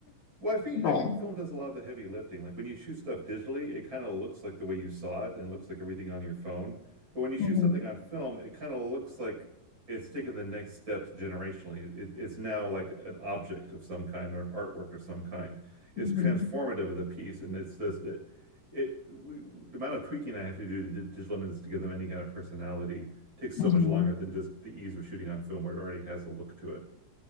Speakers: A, on the right (about 30°); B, on the left (about 70°).
A: Well, I think
B: but
A: I think film does a lot of the heavy lifting. Like when you shoot stuff digitally, it kind of looks like the way you saw it and looks like everything on your phone. But when you shoot
B: hmm
A: something on film, it kind of looks like it's taken the next steps generationally. It, it's now like an object of some kind or an artwork of some kind. It's
B: hmm
A: transformative of the piece, and it's just it, it we, the amount of tweaking I have to do to di- digital images to give them any kind of personality takes so
B: hmm
A: much longer than just the ease of shooting on film, where it already has a look to it.